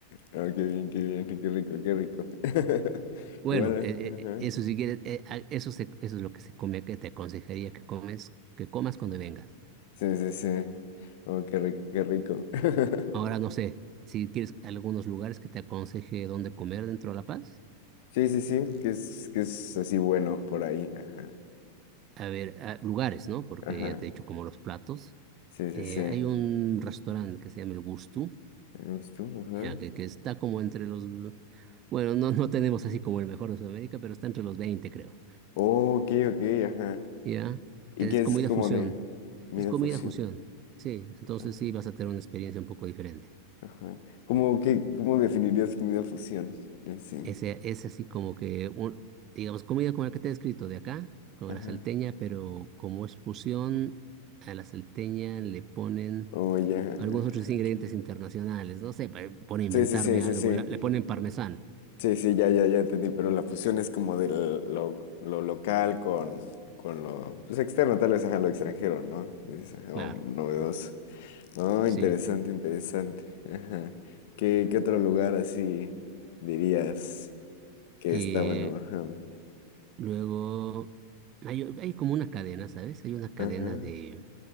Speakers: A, on the left (about 50°); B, on the right (about 30°).
A: Oh, qué bien, qué bien, qué rico, qué rico. <laughs>
B: Bueno,
A: Igual,
B: eh,
A: ajá.
B: eh, eso si quieres, eh, ah, eso, se- eso es lo que se come, que te aconsejaría que comes, que comas cuando vengas.
A: Sí, sí, sí. Oh, qué rico, qué rico. <laughs>
B: Ahora no sé, si quieres algunos lugares que te aconseje dónde comer dentro de La Paz.
A: Sí, sí, sí, que es, que es así bueno por ahí, ajá,
B: A ver, ah, lugares, ¿no? Porque
A: ajá.
B: ya te he dicho como los platos.
A: Sí, sí,
B: Eh,
A: sí.
B: hay un restaurante que se llama El Gusto
A: ¿Eres tú? Ajá.
B: ya, que, que está como entre los... Bueno, no, no tenemos así como el mejor de Sudamérica, pero está entre los 20 creo.
A: Oh, ok, ok, ajá.
B: Ya,
A: ¿Y
B: es
A: qué es
B: comida
A: como
B: fusión.
A: de comida
B: Es comida
A: fusión?
B: fusión. Sí, entonces
A: Ajá.
B: sí vas a tener una experiencia un poco diferente.
A: Ajá. ¿Cómo que, cómo definirías comida fusión? Sí.
B: Ese, es así como que, un- digamos, comida como la que te he descrito de acá, como
A: Ajá.
B: la salteña, pero como es fusión, a la salteña le ponen
A: Oh, ya. ajá.
B: algunos otros ingredientes internacionales. No sé, pa- por inventarme
A: Sí, sí, sí, sí,
B: algo,
A: sí.
B: la- le ponen parmesano,
A: Sí, sí, ya, ya, ya entendí. Pero la fusión es como de lo, lo local con, con lo pues, externo, tal vez, ajá, lo extranjero, ¿no? Es algo
B: claro,
A: novedoso. Oh, interesante,
B: sí.
A: interesante. Ajá. ¿Qué, qué otro lugar así dirías que
B: Eh,
A: está bueno? Ajá.
B: Luego, hay, hay como una cadena, ¿sabes? Hay una cadena
A: Ajá.
B: de,